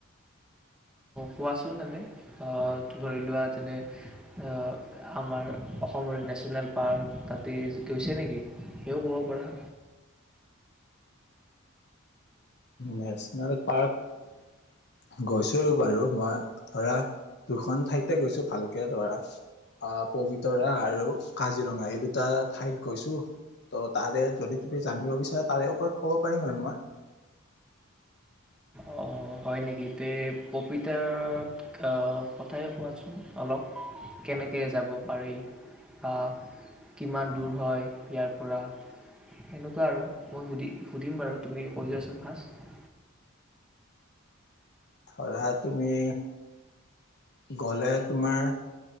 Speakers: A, in the centre; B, on the left.
A: কোৱাচোন এনে আ ধৰি লোৱা যেনে আ-আমাৰ অসমৰে নেশ্যনেল পাৰ্ক তাতেই গৈছে নেকি সেইও ক'ব পাৰা।
B: নেচনেল পাৰ্ক গৈছো ৰ'বা ৰু মই ধৰা দুখন ঠাইতে গৈছো ভালকে ধৰা আ, পবিতৰা আৰু কাজিৰঙা এই দুটা ঠাইত গৈছো ত' তাৰে যদি তুমি জানিব বিচাৰা তাৰে ওপৰত ক'ব পাৰিম আৰু মই।
A: অঁ হয় নেকি? তে পপিতাৰৰ অ' কথাই কোৱাচোন অলপ কেনেকৈ যাব পাৰি আ কিমান দূৰ হয় ইয়াৰ পৰা এনেকুৱা আৰু মই সুধি-সুধিম বাৰু তুমি কৈ যোৱাচোন ফাৰ্ষ্ট।
B: ধৰা তুমি গ'লে তোমাৰ